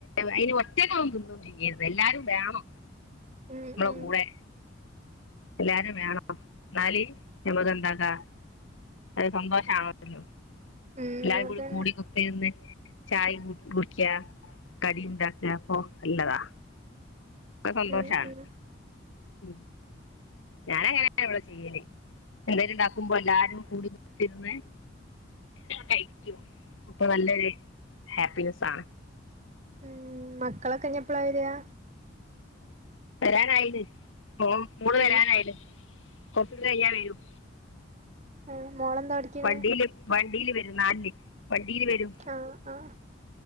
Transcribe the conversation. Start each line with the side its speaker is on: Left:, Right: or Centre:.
Left: അയ്ന് ഒറ്റക്കാവുംബോ ഒന്നും ചെയ്യരുത് എല്ലാരും വേണം
Right: ഉം
Left: നമ്മളെ
Right: ഉം
Left: കൂടെ എല്ലാരും വേണം എന്നാലി ഞമ്മക്ക് എന്താക്കാ അത് സന്തോഷാണല്ലോ
Right: ഉം
Left: എല്ലാരും
Right: അതന്നെ
Left: കൂടിഅങ്ങ് ഇര്ന്ന് ചായിം കുടിക്കാ കടിണ്ടാക്കാ അപ്പൊ നല്ലതാ അത് സന്തോഷാണ്
Right: ഉം ഉം
Left: ഉം ഞാനങ്ങനെ ഇവടെ ചെയ്യല് എന്തേലുംണ്ടാക്കുമ്പോ എല്ലാരും കൂടി കുത്തിര്ന്ന് കയ്ക്കും അപ്പൊ നല്ലൊരു ഹാപ്പിനെസാണ്
Right: ഉം മക്കളൊക്കെ ഞ്ഞി എപ്പളാ വരാ
Left: വെരാനായീണ് മോം മോള്
Right: ഏഹ്
Left: വെരാനായീണ് കൊറച്ച് കൈഞ്ഞാ വെരും
Right: ഏഹ് മോളെന്താ പഠിക്കണേ
Left: വണ്ടീല് വണ്ടീല് വെരും നാല്ല് വണ്ടീല് വെരും.
Right: ഉം ഉം